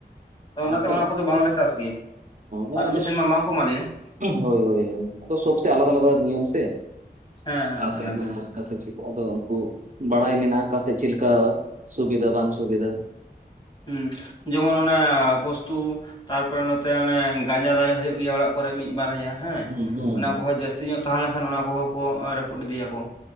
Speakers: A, on the left; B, on the right.
A: ᱚᱱᱟᱛᱮ
B: ᱦᱮᱸᱛᱚ
A: ᱚᱱᱟ ᱠᱚᱫᱚ ᱵᱟᱝᱞᱮ ᱪᱟᱥ ᱜᱮᱭᱟ
B: ᱦᱚᱸ
A: ᱯᱟᱨᱢᱤᱥᱟᱱ
B: ᱟᱫᱚ
A: ᱢᱟ ᱵᱟᱝ ᱠᱚ ᱮᱢᱟ ᱞᱮᱭᱟ ᱾
B: ᱦᱳᱭ ᱭᱳᱭᱳ ᱥᱚᱵ ᱥᱮ ᱟᱞᱟᱫᱟ ᱟᱞᱟᱫᱟ ᱱᱤᱭᱚᱢ ᱥᱮ
A: ᱦᱮᱸ
B: ᱠᱟᱥᱮ
A: ᱟᱞᱟᱜᱽ
B: ᱦᱮᱸ
A: ᱜᱮ
B: ᱦᱮᱸ <unintelligible> ᱟᱫᱚ ᱩᱱᱠᱩ ᱵᱟᱲᱟᱭ ᱢᱮᱱᱟᱜᱼᱟ ᱠᱟᱥᱮᱜ ᱪᱤᱞᱠᱟ ᱥᱩᱵᱤᱫᱷᱟ ᱵᱟᱝ ᱥᱩᱵᱤᱫᱷᱟ ᱾
A: ᱦᱩᱸ ᱡᱮᱢᱚᱱ ᱚᱱᱮ ᱯᱩᱥᱛᱩ ᱛᱟᱨᱯᱚᱨ ᱱᱚᱛᱮ ᱚᱱᱮ ᱜᱟᱸᱡᱟ ᱫᱟᱨᱮ ᱦᱳᱭᱳᱜ ᱜᱮᱭᱟ ᱚᱲᱟᱜ ᱠᱚᱨᱮ ᱢᱤᱫ ᱵᱟᱨᱦᱟᱭᱟ ᱦᱮᱸ
B: ᱦᱩᱸ ᱦᱩᱸ
A: ᱚᱱᱟ ᱠᱚᱦᱚᱸ ᱡᱟᱹᱥᱛᱤ ᱧᱚᱜ ᱛᱟᱦᱮ ᱞᱮᱠᱷᱟᱱ ᱚᱱᱟ ᱠᱚᱦᱚᱸ ᱠᱚ ᱨᱟᱹᱯᱩᱫ ᱤᱫᱤᱭᱟᱠᱚ